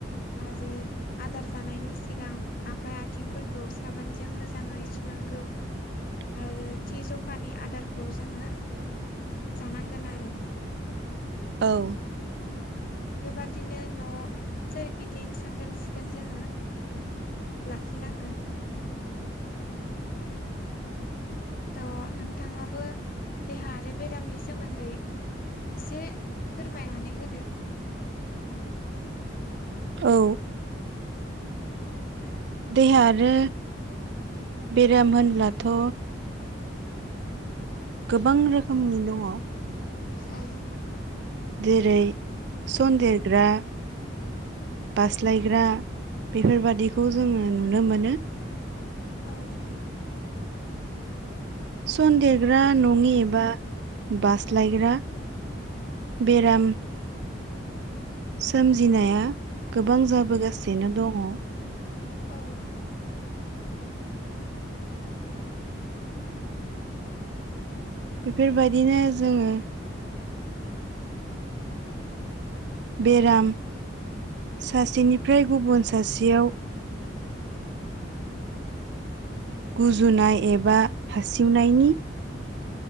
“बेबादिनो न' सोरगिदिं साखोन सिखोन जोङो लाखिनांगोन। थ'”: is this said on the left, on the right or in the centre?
Left